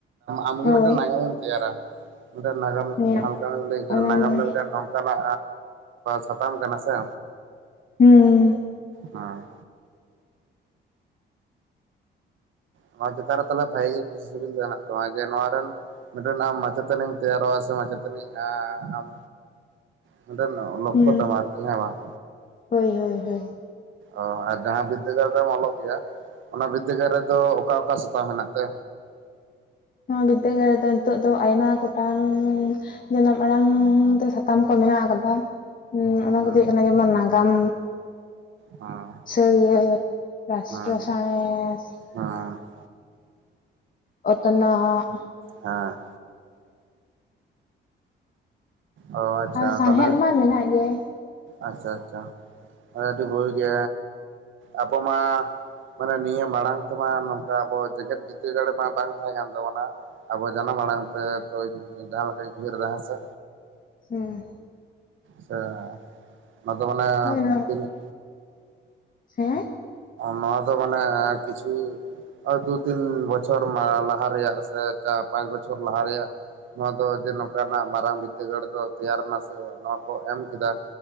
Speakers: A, on the right (about 75°); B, on the left (about 45°).
A: ᱟᱢᱜᱮ
B: ᱦᱳᱭ
A: ᱢᱤᱫᱴᱮᱱ ᱮᱢ ᱛᱮᱭᱟᱨᱟ᱾ ᱢᱤᱫᱴᱮᱱ ᱱᱟᱜᱟᱢ
B: ᱦᱮᱸ
A: ᱡᱟᱦᱟᱸ ᱞᱮᱠᱟ ᱟᱢᱮᱢ ᱞᱟᱹᱭ ᱠᱮᱫᱟ
B: ᱚᱱᱟ
A: ᱱᱟᱜᱟᱢ
B: ᱢᱟ
A: ᱫᱚ ᱢᱤᱫᱴᱮᱱ ᱱᱚᱝᱠᱟᱱᱟᱜ ᱥᱟᱛᱟᱢ ᱠᱟᱱᱟ ᱥᱮ?
B: ᱦᱩᱸ᱾
A: ᱦᱮᱸ᱾ ᱱᱚᱣᱟ ᱪᱮᱛᱟᱱ ᱨᱮ ᱛᱟᱦᱚᱞᱮ ᱵᱷᱟᱜᱤ ᱜᱮ ᱠᱩᱥᱤ ᱥᱤᱵᱤᱞ ᱫᱚ ᱢᱮᱱᱟᱜ ᱛᱟᱢᱟ, ᱡᱮ ᱱᱚᱣᱟ ᱨᱮᱱ᱾ ᱢᱤᱫᱴᱮᱱ ᱟᱢ ᱢᱟᱪᱮᱛᱟᱱᱤᱢ ᱛᱮᱭᱟᱨᱚᱜᱼᱟ, ᱥᱮ ᱢᱟᱪᱮᱛᱟᱱᱤ ᱟ ᱟᱢ᱾ ᱢᱤᱫᱴᱮᱱ ᱞᱳᱠᱠᱷᱳ
B: ᱦᱩᱸ
A: ᱛᱟᱢ ᱟᱨᱠᱤ ᱦᱮᱸ ᱵᱟᱝ?
B: ᱦᱳᱭ ᱦᱳᱭ ᱦᱳᱭ᱾
A: ᱚ ᱟᱨ ᱡᱟᱦᱟᱸ ᱵᱤᱫᱽᱫᱟᱹᱜᱟᱲ ᱨᱮᱢ ᱚᱞᱚᱜ ᱜᱮᱭᱟ, ᱚᱱᱟ ᱵᱤᱫᱽᱫᱟᱹᱜᱟᱲ ᱨᱮ ᱫᱚ ᱚᱠᱟ ᱚᱠᱟ ᱥᱮᱛᱟᱢ ᱢᱮᱱᱟᱜ ᱛᱮ?
B: ᱱᱚᱣᱟ ᱵᱤᱫᱽᱫᱟᱹᱜᱟᱲ ᱨᱮᱫᱚ ᱱᱤᱛᱚᱜ ᱫᱚ ᱟᱭᱢᱟ ᱜᱚᱴᱟᱝ ᱡᱟᱱᱟᱢ ᱟᱲᱟᱝ ᱛᱮ ᱥᱟ ᱥᱟᱛᱟᱢ ᱠᱚ ᱢᱮᱱᱟᱜ ᱟᱠᱟᱫᱟ, ᱚᱱᱟ
A: ᱦᱮᱸ
B: ᱠᱚ ᱫᱚ ᱦᱩᱭᱩᱜ ᱠᱟᱱᱟ ᱡᱮᱢᱚᱱ ᱱᱟᱜᱟᱢ
A: ᱦᱮᱸ
B: ᱪᱷᱟᱹᱲᱭᱟᱹᱛ ᱨᱟᱥᱴᱨᱚ
A: ᱦᱮᱸ
B: ᱥᱟᱬᱮᱥ᱾
A: <unintelligible>
B: ᱚᱛᱱᱚᱜᱼᱼ
A: ᱦᱮᱸ᱾ ᱚ ᱟᱪᱪᱷᱟ
B: ᱟᱨ ᱥᱟᱶᱦᱮᱫ
A: ᱛᱟᱦᱚᱞᱮ
B: ᱢᱟ ᱢᱮᱱᱟᱜ ᱜᱮ᱾
A: ᱟᱪᱪᱷᱟ ᱟᱪᱪᱷᱟ ᱟᱹᱰᱤ ᱵᱷᱩᱲ ᱜᱮ ᱟᱵᱚ ᱢᱟᱼᱼ ᱢᱟᱱᱮ ᱱᱤᱭᱟᱹ ᱢᱟᱲᱟᱝ ᱛᱮ ᱢᱟ ᱱᱚᱝᱠᱟ ᱟᱵᱚ ᱡᱮᱜᱮᱛ ᱵᱤᱫᱽᱫᱟᱹᱜᱟᱲ ᱨᱮ ᱢᱟ ᱵᱟᱝ ᱛᱟᱦᱮᱸ ᱠᱟᱱ ᱛᱟᱵᱚᱱᱟ᱾ ᱟᱵᱚ ᱡᱟᱱᱟᱢ ᱟᱲᱟᱝ ᱛᱮ ᱛᱚ ᱡᱟᱦᱟᱸ ᱞᱮᱠᱟᱧ ᱩᱭᱦᱟᱹᱨ ᱮᱫᱟ ᱦᱮᱸᱥᱮ?
B: ᱦᱩᱸ ᱾
A: ᱥᱮ ᱚᱱᱟ ᱫᱚ ᱢᱟᱱᱮ
B: ᱦᱳᱭ ᱱᱚᱣᱟ
A: ᱛᱤᱱᱟᱹᱜ
B: ᱦᱮᱸ
A: ᱱᱚᱣᱟ ᱫᱚ ᱢᱟᱱᱮ ᱠᱤᱪᱷᱩ ᱳᱭ ᱫᱩ ᱛᱤᱱ ᱵᱚᱪᱷᱚᱨ ᱞᱟᱦᱟ ᱨᱮᱭᱟᱜ ᱥᱮ ᱪᱟᱨ ᱯᱟᱸᱪ ᱵᱚᱪᱷᱚᱨ ᱞᱟᱦᱟ ᱨᱮᱭᱟᱜ ᱱᱚᱣᱟ ᱫᱚ ᱡᱮ ᱱᱚᱝᱠᱟᱱᱟᱜ ᱢᱟᱨᱟᱝ ᱵᱤᱫᱽᱫᱟᱹᱜᱟᱲ ᱫᱚ ᱛᱮᱭᱟᱨ ᱮᱱᱟ ᱥᱮ ᱱᱚᱣᱟ ᱠᱚ ᱮᱢ ᱠᱮᱫᱟ ᱾